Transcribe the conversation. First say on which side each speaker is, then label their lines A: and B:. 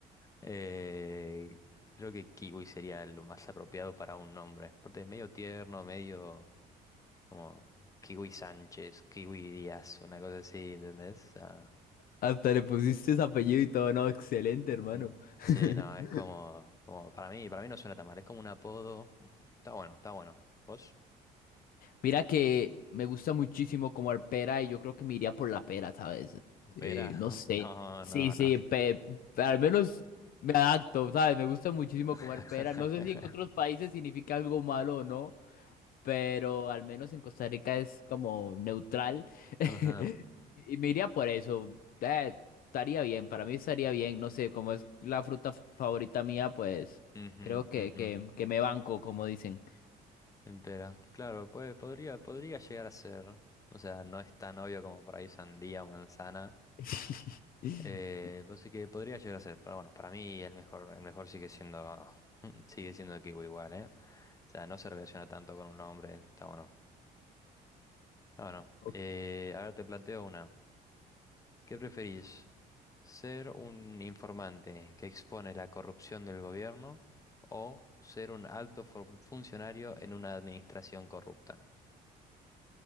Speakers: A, on the left; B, on the left.
A: eh, creo que kiwi sería lo más apropiado para un nombre. Porque es medio tierno, medio como kiwi Sánchez, kiwi Díaz, una cosa así, ¿entendés? Ah,
B: Hasta le pusiste ese apellido y todo, no, excelente, hermano.
A: mm.
B: <laughs>
A: sí, no, es como, como para mí, para mí no suena tan mal, es como un apodo. Está bueno, está bueno. ¿Vos?
B: Mira que me gusta muchísimo comer pera y yo creo que me iría por la pera, ¿sabes? Eh,
A: Pera, <laughs>
B: no sé.
A: no,
B: Sí,
A: no,
B: sí,
A: no.
B: pe- pe- al menos me adapto, ¿sabes? Me gusta muchísimo
A: <laughs>
B: comer pera. No sé si en otros países significa algo malo o no. pero al menos en Costa Rica es como neutral. <laughs>
A: Ajá,
B: Y me iría por eso. Eh, estaría bien, para mí estaría bien. No sé, como es la fruta f- favorita mía, pues
A: ujú,
B: creo que, que, que me banco, como dicen.
A: ujú, Pera. Claro, puede, podría, podría llegar a ser. O sea, no es tan obvio como por ahí sandía o manzana.
B: <laughs>
A: Eh, así que podría llegar a ser. Pero bueno, para mí el mejor, el mejor sigue siendo, <laughs> sigue siendo kiwi igual, ¿eh? O sea, no se relaciona tanto con un nombre. Está bueno. Está bueno.
B: Ok.
A: Eh, ahora te planteo una. ¿Qué preferís? ¿Ser un informante que expone la corrupción del gobierno o ser un alto fu- funcionario en una administración corrupta?